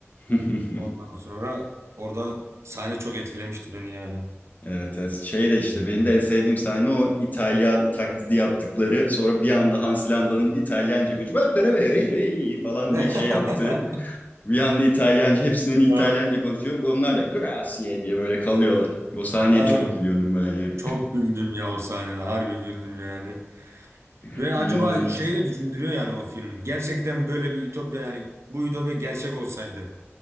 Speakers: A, on the left; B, on the right.
A: <laughs>
B: Ondan sonra orada sahne çok etkilemişti beni yani.
A: Evet, evet. Şey de işte
B: Hmm.
A: benim de en sevdiğim sahne o İtalyan taklidi yaptıkları sonra bir anda Hans Landa'nın İtalyanca konuşuyor "Bak, re, re, re" falan
B: <laughs>
A: diye şey yaptığı. Bir anda İtalyanca hepsinin
B: Ya,
A: İtalyanca konuşuyor. Bunlar da grazie diye böyle kalıyorlar. O sahneye
B: Aynen.
A: çok gülüyordum ben ya.
B: Çok güldüm ya o sahnede. Harbi güldüm yani.
A: <laughs>
B: Ve acaba
A: İnanılmaz.
B: şeyi de düşündürüyor yani o film. Gerçekten böyle bir ütopya yani bu ütopya gerçek olsaydı.